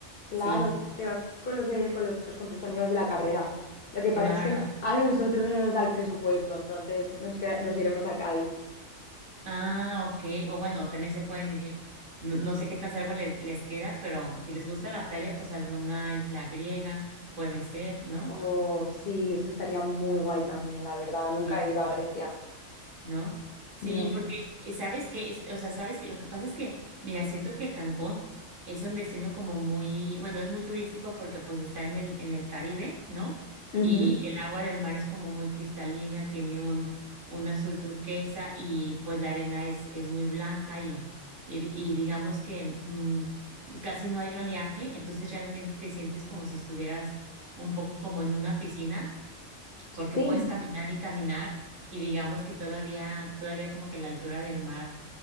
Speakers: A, on the left; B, on the right.
A: Claro,
B: Sí,
A: se- te vas con los de, con los, pues con tus amigos de la carrera. Lo que
B: claro.
A: pasa es que no- a nosotros no nos da el presupuesto, entonces nos queda- nos iremos a Cádiz.
B: Ah, ok. O bueno, también se pueden ir. No, no sé qué tan cerca les, les queda, pero si les gusta la playa, pues alguna isla griega puede ser, ¿no?
A: O sí, eso estaría muy guay también, la verdad. Nunca
B: <laughs>
A: he ido
B: Sí.
A: a Grecia.
B: ¿no? Sí,
A: No.
B: porque eh, sabes que, es, o sea, sabes que lo que pasa es que, mira, siento que Cancún es un destino como muy, bueno, es muy turístico porque pues está en el, en el Caribe, ¿no?
A: Ujú.
B: Y el agua del mar es como muy cristalina, tiene un, un azul turquesa y pues la arena es, es muy blanca y, y, y digamos que mm, casi no hay oleaje, entonces realmente te sientes como si estuvieras un poco como en una piscina porque
A: Sí.
B: puedes caminar y caminar y digamos que todavía, todavía como que la altura del mar,